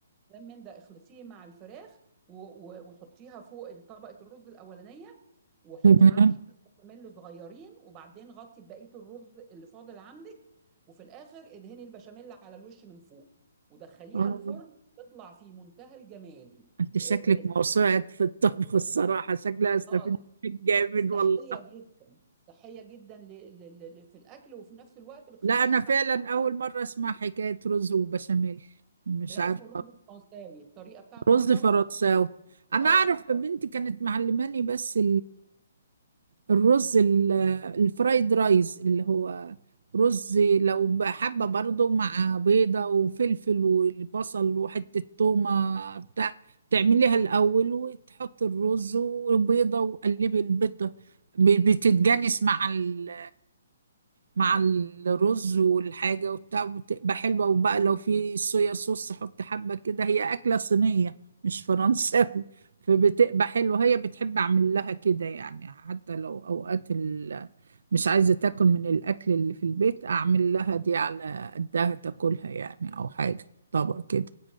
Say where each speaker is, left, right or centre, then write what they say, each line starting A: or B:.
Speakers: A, on the right; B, on the right.
A: كلام من ده اخلطيه مع الفراخ و- و- وحطيها فوق طبقة الرز الأولانية وحطي
B: تمام
A: معاها شوية بشاميل صغيرين وبعدين غطي بقية الرز اللي فاضل عندك وفي الآخر ادهني البشاميل على الوش من فوق ودخليها
B: اه
A: الفرن تطلع في منتهى الجمال
B: انت شكلك
A: اه
B: موسوعة في الطبخ الصراحة شكلها استفيد
A: آه،
B: منك جامد والله
A: صحية جدا صحية جدا ل... ل... ل... ل- في الأكل وفي نفس الوقت بتخليكي
B: لا انا
A: تستعملي
B: فعلا اول مرة اسمع حكاية رز وبشاميل مش
A: لا
B: عارفة
A: اسمه الرز الفرنساوي الطريقة بتاعته
B: رز
A: دي برضو
B: فرنساوي انا
A: اه
B: اعرف بنتي
A: آه.
B: كانت معلماني بس الرز ال- الفرايد رايز اللي هو رز لو بقى حابة برضه مع بيضة وفلفل والبصل وحتة تومة بتاع تعمليها الأول وتحط الرز وبيضة وقلبي البيضة ب- بتتجانس مع ال... مع الرز والحاجة وبتاع بتبقى حلوة وبقى لو في صويا صوص حط حبة كده هي أكلة صينية مش فرنساوي فبتبقى حلوة هي بتحب أعمل لها كده يعني حتى لو أوقات ال... مش عايزة تاكل من الأكل اللي في البيت أعمل لها دي على قدها تاكلها يعني أو حاجة طبق كده